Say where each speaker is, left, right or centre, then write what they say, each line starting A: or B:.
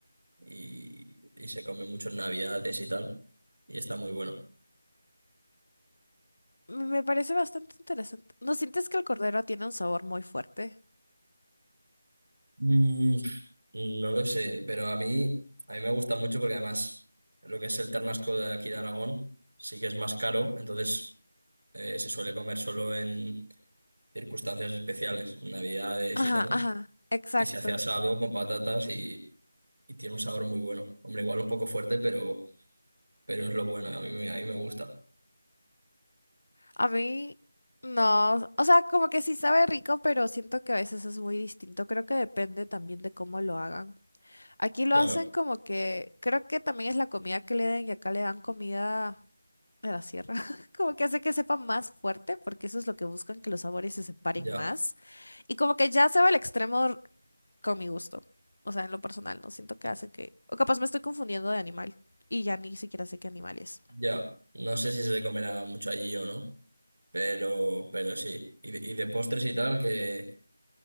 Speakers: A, on the right; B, on the left.
A: y, y se come mucho en Navidades y tal, y está muy bueno.
B: me me parece bastante interesante. ¿No sientes que el cordero tiene un sabor muy fuerte?
A: Mm, no lo sé, pero a mí, a mí me gusta mucho porque además lo que es el ternasco de aquí de Aragón sí que es más caro, entonces eh, se suele comer solo en circunstancias especiales, Navidades
B: Ajá,
A: y tal.
B: ajá, exacto.
A: Y se hace asado con patatas y, y tiene un sabor muy bueno. Hombre, igual un poco fuerte, pero, pero es lo bueno. A mí, me- a mí me gusta.
B: A mí no, o sea, como que sí sabe rico, pero siento que a veces es muy distinto. Creo que depende también de cómo lo hagan. Aquí lo
A: Claro,
B: hacen como que, creo que también es la comida que le den y acá le dan comida de la sierra, <laughs> como que hace que sepa más fuerte, porque eso es lo que buscan, que los sabores se separen
A: ya,
B: más. Y como que ya se va al extremo r- con mi gusto, o sea, en lo personal, no siento que hace que, o capaz me estoy confundiendo de animal y ya ni siquiera sé qué animal es.
A: ya. No sé si se comerá mucho allí o no, pero, pero sí. Y de, y de postres y tal, ¿qué,